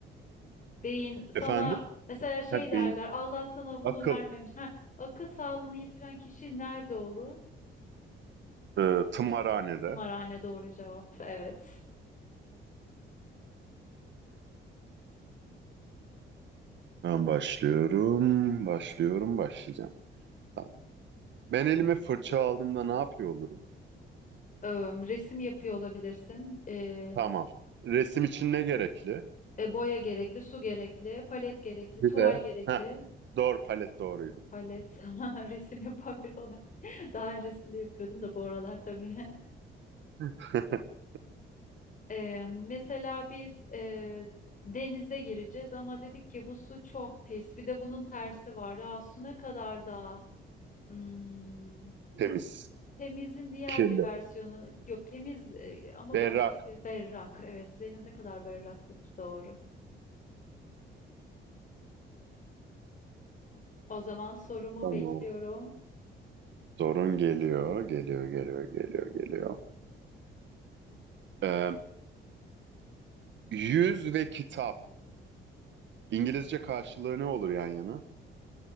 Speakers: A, on the left; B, on the right.
A: beyin sana
B: Efendim?
A: mesela şey
B: Ha,
A: derler
B: beyin.
A: Allah sana bunu
B: Akıl.
A: vermemiş. Ha, akıl sağlığını yitiren kişi nerede olur?
B: Ee, tımarhanede.
A: Tımarhane doğru cevap. Evet.
B: Ben başlıyorum, başlıyorum, başlayacağım. Tamam. Ben elime fırça aldığımda ne yapıyor olurum?
A: Eee, resim yapıyor olabilirsin. Eee,
B: Tamam. Resim için ne gerekli?
A: e, boya gerekli, su gerekli, palet gerekli,
B: Bir
A: tuval
B: de.
A: gerekli.
B: Heh. Doğru palet doğruydu.
A: Palet <laughs> ama resim yapan biri olarak <laughs> daha öncesinde yapıyordum da bu aralar tabii. <laughs>
B: <laughs>
A: Eee, mesela biz eee, denize gireceğiz ama dedik ki bu su çok pis. Bir de bunun tersi var. Aa, su ne kadar da hmm,
B: Temiz.
A: temizin diğer
B: Kirli.
A: bir versiyonu yok temiz eee, ama
B: Berrak.
A: başka bir berrak. Evet deniz ne kadar berrak denir doğru. O zaman sorumu
B: Tamam.
A: bekliyorum.
B: Sorun geliyor, geliyor, geliyor, geliyor, geliyor. Ee, yüz ve kitap. İngilizce karşılığı ne olur yan yana?